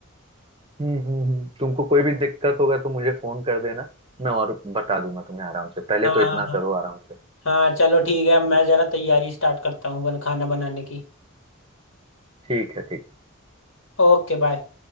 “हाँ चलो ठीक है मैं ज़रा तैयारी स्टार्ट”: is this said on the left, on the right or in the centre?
Left